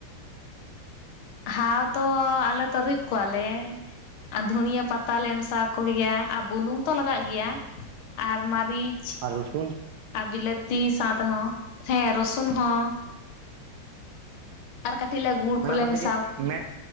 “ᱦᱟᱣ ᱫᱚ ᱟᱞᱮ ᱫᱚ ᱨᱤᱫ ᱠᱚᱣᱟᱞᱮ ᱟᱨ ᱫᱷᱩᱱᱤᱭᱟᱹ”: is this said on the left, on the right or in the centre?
Left